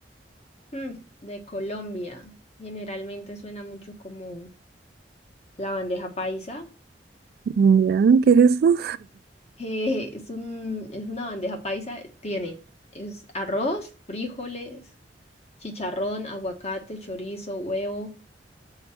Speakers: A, on the left (about 40°); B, on the right (about 60°).
A: Mm, de Colombia, generalmente suena mucho como la bandeja paisa. <laughs>
B: ¿Ya? ¿Qué es eso?
A: Eh, es un, es una bandeja paisa, tiene es arroz, frijoles, chicharrón, aguacate, chorizo, huevo,